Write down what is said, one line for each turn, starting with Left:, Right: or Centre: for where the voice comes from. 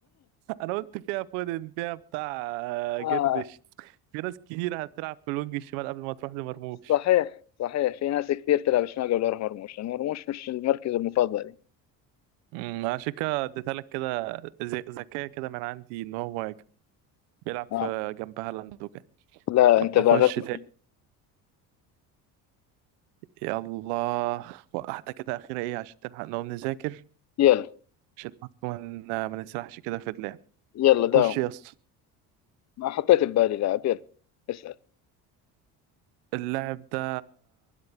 Right: انا قلت فيها فودن فيها بتاع آه،
Left: آه
Right: جردش في ناس كتير هتلعب في الوينج الشمال قبل ما تروح لمرموش
Left: صحيح صحيح في ناس كثير تلعب شمال قبل يروح مرموش لأن مرموش مش المركز المفضل يعني.
Right: امم عشان كده اديتها لك كده ذ- ذكية كده من عندي ان هو مهاجم بيلعب
Left: اه
Right: في جنب هالاند وكده
Left: لا
Right: طب
Left: انت باغتني
Right: نخش تاني يلا واحدة كده أخيرة إيه عشان تلحق نقوم نذاكر
Left: يلا
Right: عشان برضه ما ما نسرحش كده في اللعب
Left: يلا داوم
Right: خش يا اسطى
Left: ما حطيت ببالي لاعب يلا اسأل
Right: اللاعب ده